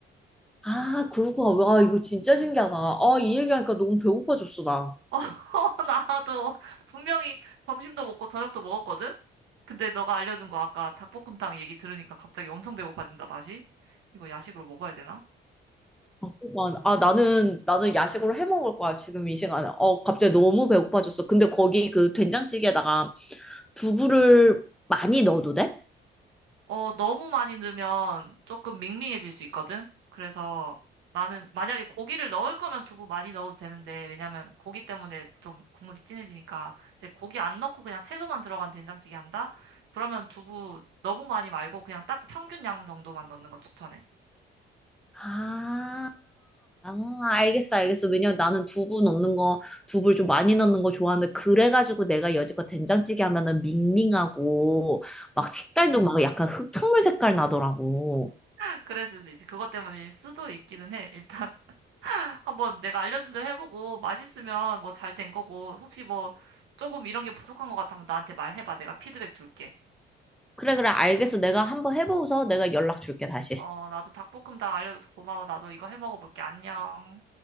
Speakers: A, in the centre; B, on the right.
A: 아, 그러고, 와, 이거 진짜 신기하다. 아, 이 얘기하니까 너무 배고파졌어, 나.
B: <laughs> 어, 나도 분명히 점심도 먹고 저녁도 먹었거든? 근데 너가 알려준 거 아까 닭볶음탕 얘기 들으니까 갑자기 엄청 배고파진다, 다시? 이거 야식으로 먹어야 되나?
A: 아, 그만. 아, 나는, 나는 야식으로 해 먹을 거야, 지금 이 시간에. 어, 갑자기 너무 배고파졌어. 근데 거기 그 된장찌개에다가 두부를 많이 넣어도 돼?
B: 어, 너무 많이 넣으면 조금 밍밍해질 수 있거든? 그래서 나는 만약에 고기를 넣을 거면 두부 많이 넣어도 되는데, 왜냐면 고기 때문에 좀 국물이 진해지니까. 근데 고기 안 넣고 그냥 채소만 들어간 된장찌개 한다? 그러면 두부 너무 많이 말고 그냥 딱 평균 양 정도만 넣는 거 추천해.
A: 아, 아, 알겠어, 알겠어. 왜냐면 나는 두부 넣는 거, 두부를 좀 많이 넣는 거 좋아하는데, 그래가지고 내가 여지껏 된장찌개 하면은 밍밍하고, 막 색깔도 막 약간 흙탕물 색깔 나더라고.
B: <laughs> 그랬을 수 있지. 그것 때문일 수도 있기는 해. 일단 <laughs> 한번 내가 알려준 대로 해보고 맛있으면 뭐 잘 된 거고, 혹시 뭐 조금 이런 게 부족한 것 같아 하면 나한테 말해봐. 내가 피드백 줄게.
A: 그래, 그래, 알겠어. 내가 한번 해보고서 내가 연락 줄게, 다시.
B: 어, 나도 닭볶음 다 알려줘서 고마워. 나도 이거 해 먹어볼게. 안녕.